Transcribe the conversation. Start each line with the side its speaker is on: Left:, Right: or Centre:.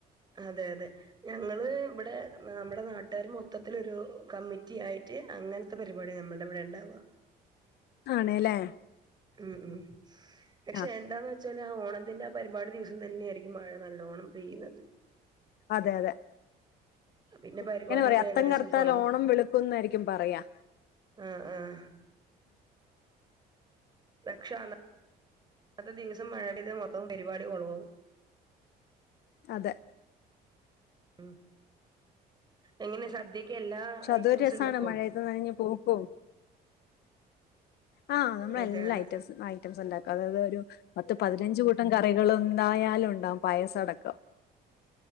Right: അതെ അതെ ഞങ്ങള് ഇവിടെ നമ്മുടെ നാട്ടാര് മൊത്തത്തിലൊരു കമ്മിറ്റി ആയിട്ട് അങ്ങ നത്തെ പരിപാടിയാ നമ്മടെവിടെ ഇണ്ടാവ.
Left: ആണ്ല്ലേ
Right: ഉം ഉം പക്ഷെ
Left: ആ
Right: എന്താന്ന് വെച്ചാല് ആ ഓണത്തിന്റെ ആ പരിപാടി ദിവസം തന്നെയായിയിരിക്കും മഴ നല്ലോണം പെയ്യുന്നത്.
Left: അതെ അതെ
Right: പിന്നെ
Left: ങ്ങനെ
Right: പരിപാടിയൊക്കെ
Left: പറയാ അത്തം
Right: ഏകദേശം
Left: കറ്ത്താൽ
Right: കൊളാവും
Left: ഓണം വെളുക്കും എന്നായിരിക്കും പറയാ.
Right: ആഹ് ആഹ് <unintelligible> അന്നത്തെ ദിവസം മഴ പെയ്ത മൊത്തം പരിപാടി കൊളോവും.
Left: അതെ
Right: ഉം എങ്ങനെ സദ്യക്ക് എല്ലാ
Left: ക്ഷെ
Right: ഐറ്റംസും
Left: അതൊരസാണ്
Right: ഉണ്ടാക്കോ
Left: മഴയത്ത് നനഞ് പോക്കും. ആഹ് നമ്മളെ
Right: അതെ
Left: എല്ലാ
Right: അതെ
Left: ഐറ്റംസും ആയി. ഐറ്റംസും ഇണ്ടാക്കും അതായത് ഒരു പത്ത് പതിനഞ്ച് കൂട്ടം കറികളും ന്തായാലും ഉണ്ടാവും പായസം അടക്കം.